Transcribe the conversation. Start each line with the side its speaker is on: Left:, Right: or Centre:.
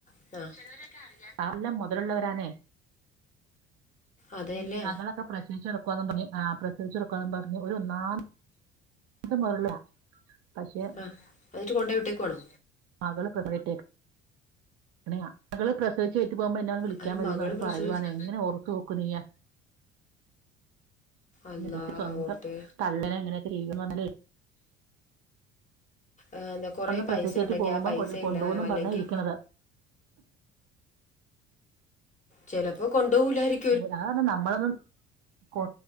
Left: ആഹ്
Right: എല്ലാം മുതലുള്ളവരാണ്
Left: അതെല്ലേ
Right: ഈ മകളൊക്കെ പ്രസവിച്ചെടുക്കും പറഞ്ഞഞ് ആ പ്രസവിച്ചെടുക്കുകും പറഞ്ഞഞ് ഒരു ഒന്നാ അ മറില്ല പക്ഷെ
Left: ആ എന്നിട്ട് കൊണ്ടോയി വിട്ടേക്കുവാണ്
Right: മകൾ <unintelligible> മകൾ പ്രസവിച്ച് കേട്ടി പോകുമ്പോ എന്നന്ന് വിളിക്കാൻ
Left: അവര്
Right: വരൂന്ന്
Left: മകള് പ്രസവിച്ച്
Right: പറയുവാന എങ്ങനെ ഓർത്തു വെക്കും നീയെ
Left: അള്ളാ
Right: ക്ക് സ്വന്തം
Left: ഓർത്തേ
Right: തള്ളനെ ഇങ്ങനെയൊക്കെ ചെയ്ന്നോരെ
Left: എന്താ കുറേ
Right: ഒന്ന്
Left: പൈസ
Right: പ്രസവിച്ചേറ്റ്
Left: ഉണ്ടെങ്കിൽ
Right: പോകുമ്പോ
Left: ആ പൈസ
Right: കൊണ്ടുപോകുന്നും
Left: ഇല്ലോ അല്ലെങ്കിൽ
Right: പറഞ്ഞാ ഇരിക്കണത്
Left: ചിലപ്പോ കൊണ്ടുപോലായിരിക്കും
Right: ഞാപറഞ്ഞ് നമ്മളൊന്നും കൊ